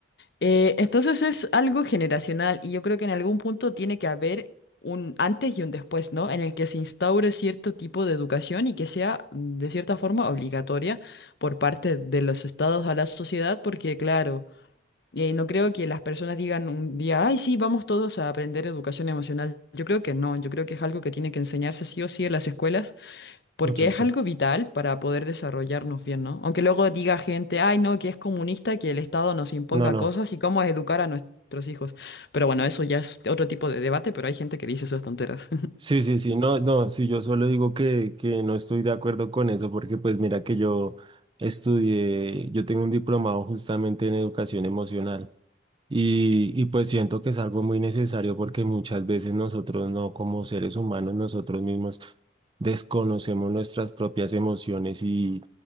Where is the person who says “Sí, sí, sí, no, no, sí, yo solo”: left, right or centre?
Right